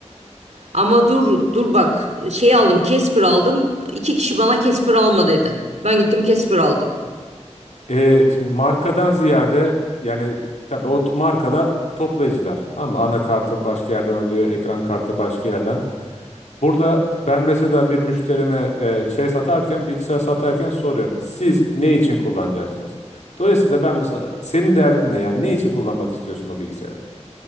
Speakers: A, on the right (about 70°); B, on the left (about 75°).
A: Ama dur dur bak şey aldım Casper aldım. İki kişi bana Casper alma dedi. Ben gittim Casper aldım.
B: Ee, şimdi markadan ziyade yani tabii o t- markalar toplayıcılar. Ama anakartı başka yerden alıyor, ekran kartı başka yerden. Burada ben mesela bir müşterime e, şey satarken, bilgisayar satarken soruyorum. Siz ne için kullanacaksınız? Dolayısıyla ben bir sa- senin derdin ne? Yani ne için kullanmak istiyorsun o bilgisayarı?